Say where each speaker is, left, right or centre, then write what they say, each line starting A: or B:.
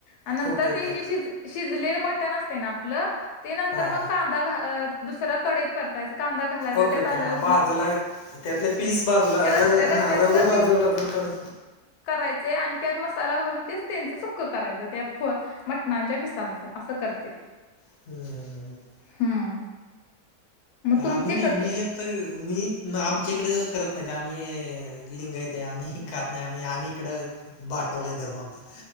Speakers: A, on the left; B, on the left.
A: आणि नंतर
B: ओके ओके
A: ते
B: ओके
A: जे शिज शिजलेलं मटण असते ना आपलं. ते नंतर
B: हां
A: मग
B: हां
A: कांदा घा अ दुसरा कडईत परतायचा कांदा घालायचा
B: ओके
A: त्यात
B: ओके
A: आलं
B: हां
A: लसू
B: बाजूला त्यातले पीस बाजूला
A: रश
B: र
A: रश्यातलं
B: हा रव बाजूला
A: पीस
B: बाजूला काढ
A: करायचे आणि त्या मसाला घालून तेच त्यांचं सुक्क करायचं त्या पो मटणच्या पिसांचा असं करते.
B: हम्म हम. <unintelligible>
A: हम्म मग तुमचे
B: आम नाही
A: करतो
B: मीत तर मी आमच्याकडे करत नाहीत आम्ही लिंगा येते आम्ही खात नाही आम्ही आम्ही इकडं बाठवलाय धर्मा आमचा. <unintelligible>